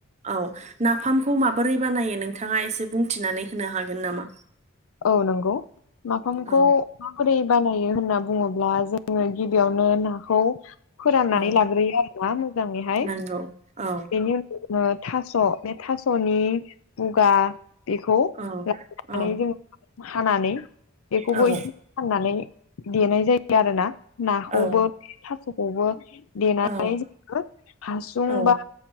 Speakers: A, on the right (about 30°); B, on the left (about 75°).
A: औ नाफामखौ माबोरै बानायो नोंथाङा एसे बुंथिनानै होनो हागोन नामा?
B: औ नंगौ माफामखौ
A: औ
B: माबोरै बानायो होनना बुङोब्ला जों जोङो गिबियावनो नाखौ फोराननानै
A: औ
B: लाग्रोयो आरोना मोजाङैहाय
A: नंगौ औ
B: बेनि उनाव जोङो थास' बे थास'नि बुगा बेखौ
A: औ
B: लानानै
A: औ
B: जों हानानै बेखौबो
A: औ
B: एसे हनानै देनाय जायो आरोना। नाखौबो
A: औ
B: थास'खौबो देनानै
A: औ
B: जोङो हासुं
A: औ
B: बा